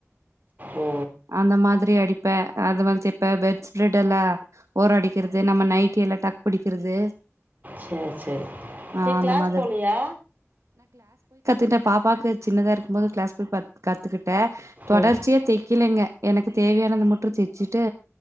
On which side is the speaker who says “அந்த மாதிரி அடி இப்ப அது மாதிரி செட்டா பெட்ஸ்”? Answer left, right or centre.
Right